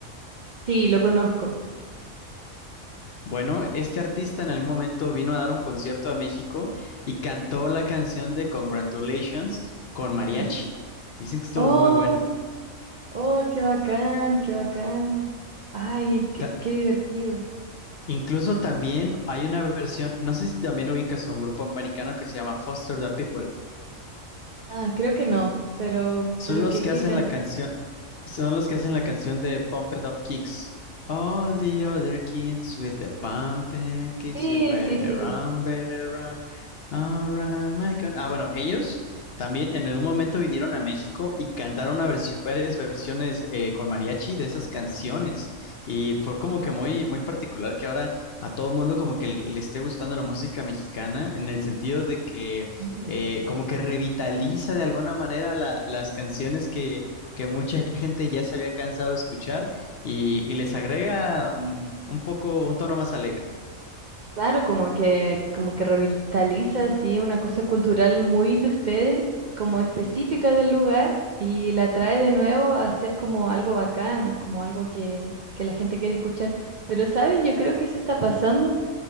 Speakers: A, on the right; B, on the left.
A: Sí, lo conozco.
B: Bueno, este artista en algún momento vino a dar un concierto a México y cantó la canción de Congratulations con mariachi.
A: Ujú.
B: Dicen que estuvo
A: Oh,
B: muy buena.
A: oh, qué bacán, qué bacán. Ay, qué,
B: Ta-
A: qué divertido.
B: Incluso también hay una versión, no sé si también ubicas a un grupo americano que se llama Foster the People.
A: Ah, creo que no, pero,
B: Son
A: pero
B: los
A: ¿qué,
B: que
A: qué
B: hacen
A: cantan?
B: la canción, son los que hacen la canción de Pump It Up Kicks. All the other kids with the pump it kicks,
A: Sí,
B: you better
A: sí, sí.
B: run, better run, around my con- Ah, bueno, ellos también en algún momento vinieron a México y cantaron una versi- varias versiones eh, con mariachi de esas canciones. Y fue como que muy, muy particular que ahora a todo el mundo como que le esté gustando la música mexicana en el sentido de que
A: Ujú.
B: eh, como que revitaliza de alguna manera la- las canciones que, que mucha gente ya se había cansado de escuchar y, y les agrega mm, un poco un tono más alegre.
A: Claro, como que, como que revitaliza así una cosa cultural muy de ustedes, como específica del lugar, y la trae de nuevo a ser como algo bacán, como algo que, que la gente quiere escuchar. Pero, ¿sabes? Yo creo que eso está pasando,